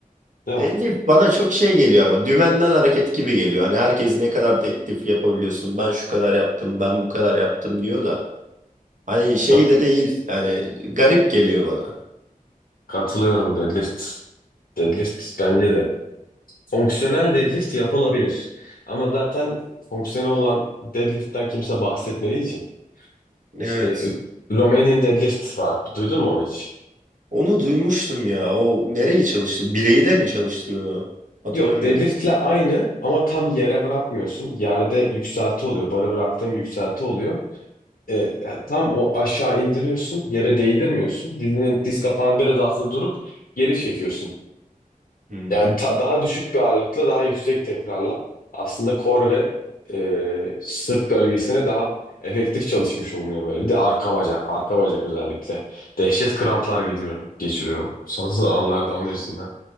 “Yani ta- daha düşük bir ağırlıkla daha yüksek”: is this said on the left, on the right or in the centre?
Left